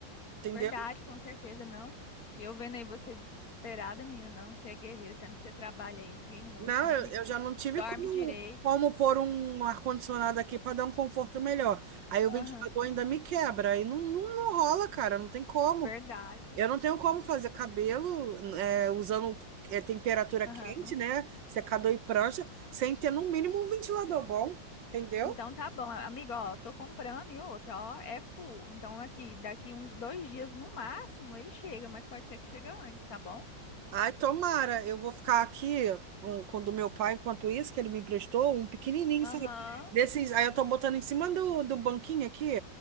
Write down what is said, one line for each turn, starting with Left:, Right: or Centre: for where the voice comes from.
Right: entendeu?
Left: Verdade, com certeza, não. E eu vendo aí você desesperada, menina, não, você é guerreira, tanto que você trabalha aí dia e noite,
Right: Não,
Left: nem
Right: eu, eu já não tive
Left: dorme
Right: como,
Left: direito.
Right: como pôr um ar-condicionado aqui pra dar um conforto melhor. Aí o
Left: Aham,
Right: ventilador ainda me quebra, aí não, não, não rola, cara, não tem como.
Left: verdade.
Right: Eu não tenho como fazer cabelo é, usando é, temperatura
Left: Aham.
Right: quente, né? Secador e prancha, sem ter no mínimo um ventilador bom, entendeu?
Left: Então tá bom, amigo, ó, tô comprando e outra, ó, é full. Então aqui, daqui uns dois dias no máximo ele chega, mas pode ser que chega antes, tá bom?
Right: Ai, tomara. Eu vou ficar aqui um, com o do meu pai enquanto isso, que ele me emprestou, um pequenininho, sabe?
Left: Aham,
Right: Desses, aí eu tô botando em cima do, do banquinho aqui,